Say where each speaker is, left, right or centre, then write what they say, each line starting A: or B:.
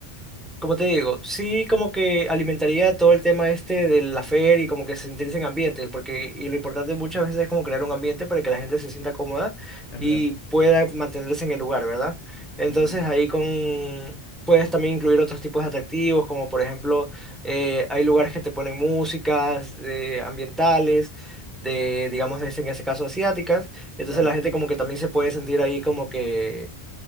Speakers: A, in the centre; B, on the left.
A: Como te digo, sí como que alimentaría todo el tema este de la feria y como que se interese en ambiente, porque y lo importante muchas veces es como crear un ambiente para que la gente se sienta cómoda
B: es
A: y
B: verdad.
A: pueda mantenerse en el lugar, ¿verdad? Entonces
B: Ujú,
A: ahí con puedes también incluir otros tipos de atractivos, como por ejemplo eh, hay lugares que te ponen músicas eh, ambientales, de digamos en este en este caso asiáticas, entonces
B: Claro,
A: la gente como que también se puede sentir ahí como que